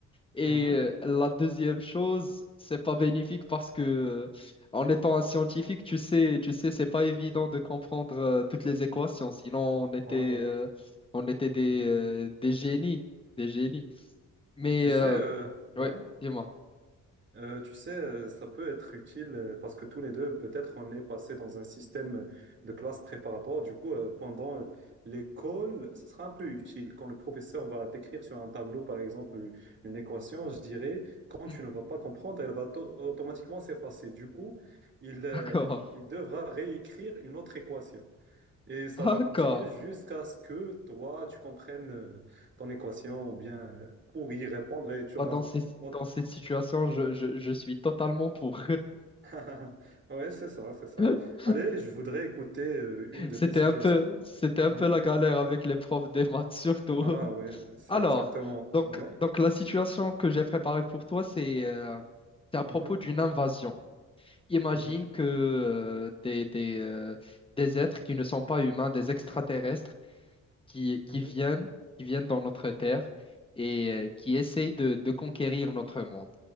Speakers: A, on the left (about 15°); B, on the right (about 40°).
A: Et
B: Mhm.
A: euh, la deuxième chose, c'est pas bénéfique parce que euh, en étant un scientifique, tu sais, tu sais, c'est pas évident de comprendre euh, toutes les équations. Sinon, on était,
B: Ouais, ouais.
A: euh, on était des,
B: Mhm.
A: euh, des génies, des génies. Mais
B: Tu sais,
A: euh,
B: euh,
A: oui,
B: ouais,
A: dis-moi.
B: Euh, tu sais, euh, ça peut être utile euh, parce que tous les deux, peut-être, on est passé dans un système de classe préparatoire. Du coup, euh, pendant euh, l'école, ce sera un peu utile. Quand le professeur va t'écrire sur un tableau, par exemple, une équation, je dirais, quand
A: Mhm.
B: tu ne vas
A: <laughs>
B: pas comprendre, elle va to- automatiquement s'effacer. Du coup, il, euh,
A: D'accord,
B: il devra réécrire une autre équation. Et ça
A: d'accord.
B: va continuer jusqu'à ce que toi, tu comprennes euh, ton équation ou bien euh, pour y répondre et tu
A: Ah,
B: as...
A: Dans ces,
B: autre-
A: dans cette situation, je, je, je suis totalement pour.
B: <laughs> Ouais, c'est ça, c'est ça.
A: <laughs>
B: Allez, je voudrais écouter euh, une de
A: C'était
B: tes situations.
A: un peu, c'était un
B: Mhm.
A: peu la galère avec les profs des maths, surtout.
B: Ah oui, c'est
A: Alors,
B: exactement...
A: donc,
B: c'est vrai.
A: donc la situation que j'ai préparée pour toi, c'est euh, c'est à propos
B: Mhm,
A: d'une invasion. Imagine
B: mhm,
A: que euh, des, des, euh, des êtres qui ne sont pas humains, des extraterrestres, qui, qui
B: mhm,
A: viennent, qui viennent dans notre Terre et euh, qui essayent de, de conquérir notre monde.